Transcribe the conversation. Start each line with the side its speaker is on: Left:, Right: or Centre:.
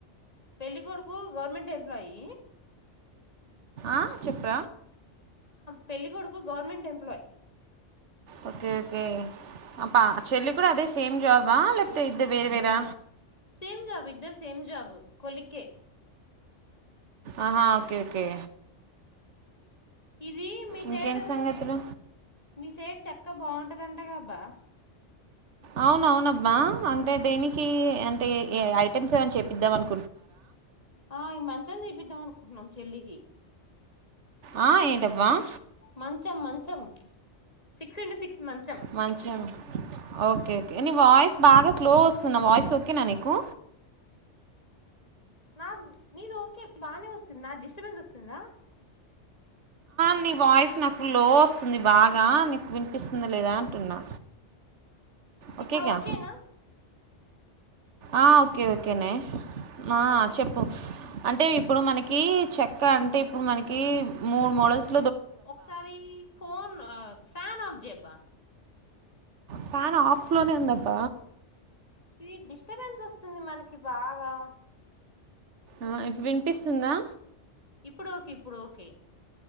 Left: పెళ్ళికడుకు గవర్నమెంట్ ఎంప్లాయి
Right: ఆ చెప్ప
Left: పెళ్ళగూడుకు గవర్నమెంట్ ఎంప్లాయ్
Right: అ చెల్లి కూడా అదే సేమ్ జాబ లేపో ఇద్ద వేరూ వేరా
Left: సేమ్ జాబ్ ఇద్దరు సేమ్ జాబ కొలిికే
Right: ఆహా ఓకే ఓకే
Left: ఇది మీ
Right: ఇంకేంటి
Left: సైడు
Right: సంగతులు
Left: మీ సైడ్ చక్క బాగుంట అంటాగా బ
Right: అవున అవునబ్మా అంటే దేనికి అంటే ఏ ఐటెమ్స్ ఏమైనా చెపిద్దాం అనుకో
Left: ఆ ఇ మంచ తీపి తంటాం అనుకుంటున్నాం చెల్లికి
Right: ఆ, ఏంటబ్బా
Left: మంచం మంచం సిక్స్ ఇంటూ సిక్స్ మంత్స్
Right: మంచి ఓకే ఓకే నీ వాయిస్ బాగా స్లో వస్తుంది నా వాయిస్ ఓకేనా నీకు
Left: నా నీది ఓకే బాగానే వస్తుంది నా డిస్టర్బెన్స్ వస్తుందా
Right: నీ వాయిస్ నాకు లో వస్తుంది బాగా నీకు వినిపిస్తుందిా లేదా అంటున్నా ఓకేగా
Left: ఇప్పుడు ఓకేనా
Right: ఆ ఓకే ఓకేనే ఆ చెప్పు అంటే ఇప్పుడు మనకి చెక్క అంటే ఇప్పుడు మనకి మూడు మోడల్స్
Left: ఒకసారి ఫోన్ ఫ్యాన్ ఆఫ్ జెబ్ బ
Right: ఫ్యాన్ ఆఫ్ లోనే ఉందప్ప
Left: ఇది డిస్టబెన్స్ వస్తుంది మనకి బాగా
Right: ఆ వినిపిస్తుందా
Left: ఇప్పుడు ఓకే ఇప్పుడు ఓకే